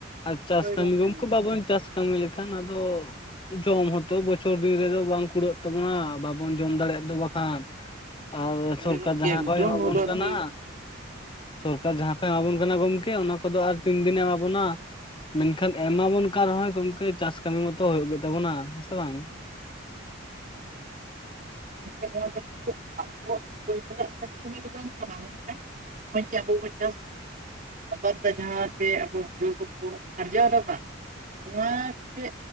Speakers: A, on the left; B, on the right.
A: ᱟᱨ ᱪᱟᱥ
B: ᱦᱳᱭ
A: ᱠᱟᱹᱢᱤ ᱜᱚᱝᱠᱮ
B: ᱮᱠᱫᱚᱢ
A: ᱵᱟᱵᱚᱱ ᱪᱟᱥ ᱠᱟᱹᱢᱤ ᱞᱮᱠᱷᱟᱱ ᱟᱫᱚ ᱡᱚᱢ ᱦᱚᱸᱛᱚ ᱵᱚᱪᱷᱚᱨ ᱫᱤᱱ ᱨᱮᱫᱚ ᱵᱟᱝ ᱠᱩᱲᱟᱹᱜ ᱛᱟᱵᱚᱱᱟ ᱵᱟᱵᱚᱱ ᱡᱚᱢ ᱫᱟᱲᱮᱭᱟᱜ ᱫᱚ ᱵᱟᱠᱷᱟᱱ ᱟᱵᱚ
B: ᱦᱳᱭ
A: ᱥᱚᱨᱠᱟᱨ
B: ᱜᱚᱝᱠᱮ
A: ᱡᱟᱦᱟ
B: ᱮᱠᱫᱚᱢ
A: ᱠᱚᱸᱭ ᱮᱢᱟ
B: ᱱᱚᱣᱟ
A: ᱵᱚᱱ
B: ᱫᱚ ᱟᱹᱰᱤ
A: ᱠᱟᱱᱟ, ᱥᱚᱨᱠᱟᱨ ᱡᱟᱦᱟᱸ ᱠᱚᱭ ᱮᱢᱟᱵᱚᱱ ᱠᱟᱱᱟ ᱜᱚᱝᱠᱮ ᱚᱱᱟ ᱠᱚ ᱫᱚ ᱟᱨ ᱛᱤᱱ ᱫᱤᱱᱮ ᱮᱢᱟ ᱵᱚᱱᱟ? ᱢᱮᱱᱠᱷᱟᱱ ᱮᱢᱟ ᱵᱚᱱ ᱠᱟᱱ ᱨᱮᱦᱚᱸᱭ ᱜᱚᱢᱠᱮ ᱪᱟᱥ ᱠᱟᱹᱢᱤ ᱢᱟᱛᱚ ᱦᱩᱭᱩᱜ ᱜᱮ ᱛᱟᱵᱚᱱᱟ, ᱦᱮᱸ ᱥᱮ ᱵᱟᱝ?
B: <unintelligible> ᱯᱚᱭᱛᱷᱟᱲᱟᱜ ᱠᱟ ᱠᱟᱹᱢᱤ ᱫᱚ ᱵᱟᱝ ᱠᱟᱱᱟ ᱢᱮᱱᱠᱷᱟᱱ ᱱᱚᱜ-ᱚᱭ ᱡᱮ ᱟᱵᱚ ᱵᱚ ᱪᱟᱥ ᱟᱵᱟᱫ ᱫᱟ ᱡᱟᱦᱟᱸ ᱛᱮ ᱟᱵᱚ ᱦᱩᱲᱩ ᱠᱚᱵᱚ ᱟᱨᱡᱟᱣ ᱫᱟ ᱵᱟᱝ, ᱱᱚᱣᱟ ᱛᱮ